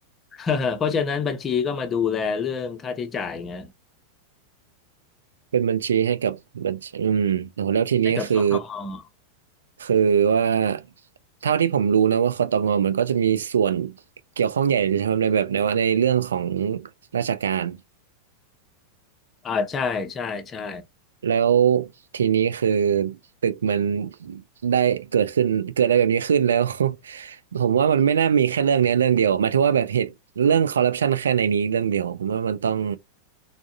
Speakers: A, on the left; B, on the right.
A: <laughs> เพราะฉะนั้นบัญชีก็มาดูแลเรื่องค่าใช้จ่ายไง
B: เป็นบัญชีให้กับบัญชีอืมโอ้โหแล้วทีนี้คือ
A: ให้กับสตง
B: คือว่าเท่าที่ผมรู้นะว่าคตงมันก็จะมีส่วนเกี่ยวข้องใหญ่จะทำในแบบในว่าในเรื่องของราชการ
A: อ่าใช่ใช่ใช่
B: แล้วทีนี้คือตึกมันได้เกิดขึ้นเกิดอะไรแบบนี้ขึ้นแล้ว <laughs> ผมว่ามันไม่น่ามีแค่เรื่องเนี้ยเรื่องเดียวหมายถึงว่าแบบเหตุเรื่องคอร์รัปชันแค่ในนี้เรื่องเดียวผมว่ามันต้อง